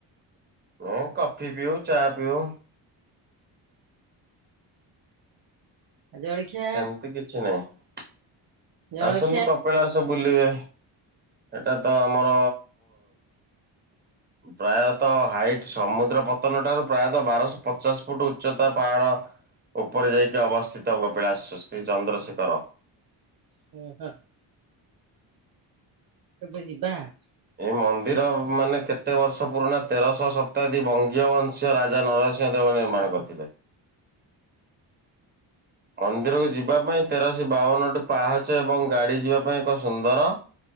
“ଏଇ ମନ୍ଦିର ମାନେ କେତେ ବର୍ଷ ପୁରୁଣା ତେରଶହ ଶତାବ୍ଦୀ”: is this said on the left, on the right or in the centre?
Right